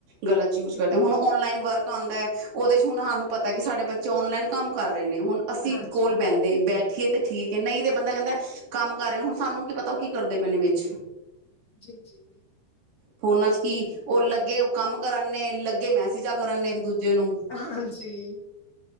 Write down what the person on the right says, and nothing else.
ਗਲਤ ਚੂਜ ਕਰਦੇ, ਹੁਣ ਔਨਲਾਈਨ ਵਰਕ ਆਉਂਦਾ ਹੈ, ਉਹਦੇ ਚ ਹੁਣ ਹਾਨੂੰ ਪਤਾ ਕਿ ਸਾਡੇ ਬੱਚੇ ਔਨਲਾਈਨ ਕੰਮ ਕਰ ਰਹੇ ਨੇ, ਹੁਣ ਅਸੀਂ
ਕੋਲ ਬਹਿੰਦੇ, ਬੈਠੀਏ ਤੇ ਠੀਕ ਹੈ, ਨਹੀਂ ਤੇ ਬੰਦਾ ਕਹਿੰਦਾ ਏ ਕੰਮ ਕਰ ਰਹੇ ਹਾਂ, ਹੁਣ ਸਾਨੂੰ ਕੀ ਪਤਾ ਉਹ ਕੀ ਕਰਦੇ ਪਏ ਨੇ ਵਿੱਚ?
ਫੋਨਾਂ ਚ ਕੀ, ਉਹ ਲੱਗੇ ਉਹ ਕੰਮ ਕਰਨ ਨੇ, ਲੱਗੇ ਮੈਸੇਜਾਂ ਕਰਨ ਨੇ ਇੱਕ ਦੂ ਜੇ ਨੂ,